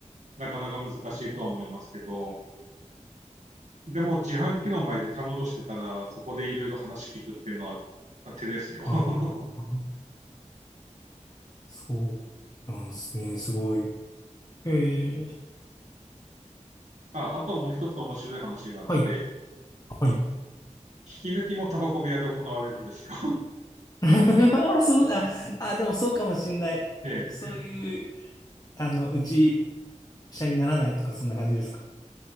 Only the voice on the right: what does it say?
なかなか難しいとは思いますけど、でも自販機の前でたむろしてたら、そこでいろいろ話聞くっていうのは手ですよ。<laughs>
ああともう一つ面白い話があって、
あの、
引き抜きもタバコ部屋で行われるんですよ。
<laughs> ええ、